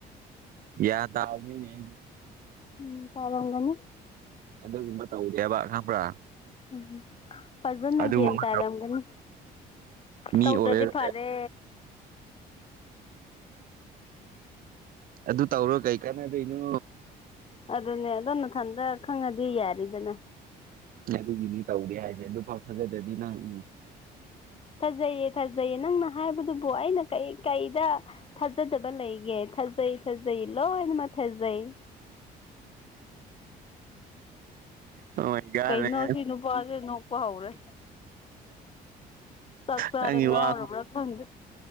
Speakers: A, on the right; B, on the left.
A: ꯒꯌ꯭ꯥꯟ <unintelligible>
B: ꯎꯝ ꯇꯥꯔꯝꯒꯅꯤ
A: ꯑꯗꯨꯒꯨꯝꯕ ꯇꯧꯗꯦꯕ ꯈꯪꯕ꯭ꯔꯥ
B: ꯎꯝ ꯐꯖꯟꯅ
A: ꯑꯗꯨꯒꯨꯝꯕ
B: ꯒꯋ꯭ꯥꯟ ꯇꯥꯔꯝꯒꯅꯤ
A: ꯃꯤ
B: ꯇꯧꯗ꯭ꯔꯗꯤ
A: ꯑꯣꯏꯔ
B: ꯐꯔꯦ
A: ꯑꯗꯨ ꯇꯧꯔ ꯀꯩ ꯀꯥꯟꯅꯗꯣꯏꯅꯣ
B: ꯑꯗꯨꯅꯦ ꯑꯗꯣꯝ ꯃꯊꯟꯗ ꯈꯪꯉꯗꯤ ꯌꯥꯔꯤꯗꯅ
A: ꯅ ꯑꯗꯨꯒꯤꯗꯤ ꯇꯧꯔꯤꯦ ꯍꯥꯏꯁꯦ ꯑꯗꯨ ꯄꯥꯎ ꯊꯥꯖꯗ꯭ꯔꯗꯤ ꯅꯪ ꯎꯝ
B: ꯊꯥꯖꯩꯌꯦ ꯊꯥꯖꯩꯌꯦ ꯅꯪꯅ ꯍꯥꯏꯕꯗꯨꯕꯨ ꯑꯩꯅ ꯀꯩ ꯀꯩꯗ ꯊꯥꯖꯗꯕ ꯂꯩꯒꯦ ꯊꯖꯩ ꯊꯥꯖꯩ ꯂꯣꯅꯃ ꯊꯖꯩ
A: ꯃꯒꯥꯅꯦ
B: ꯀꯩꯅꯣ ꯁꯤ ꯅꯨꯄꯥꯁꯦ ꯅꯣꯛꯄ ꯍꯧꯔꯦ ꯆꯥꯛ ꯆꯥꯔ
A: ꯅꯪꯒꯤ
B: ꯉꯥꯎꯔꯕ꯭ꯔꯥ
A: ꯋꯥ
B: ꯈꯪꯗꯦ